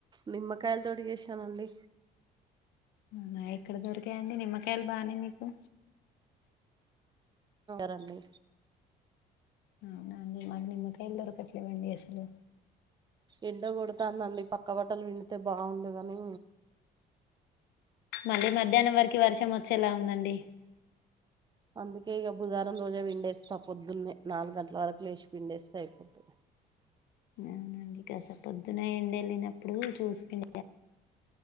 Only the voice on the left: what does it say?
అవునా ఇక్కడ దొరికాయండి నిమ్మకాయలు బాగానే మీకు
అవునా అండి మరి నిమ్మకాయలు దొరకట్లేదు అండి అసలు
మళ్ళీ మధ్యాహ్నం వరకి వర్షం వచ్చేలా ఉందండి
అవునండి కస పొద్దునయండి వెళ్ళినప్పుడు చూసిపిం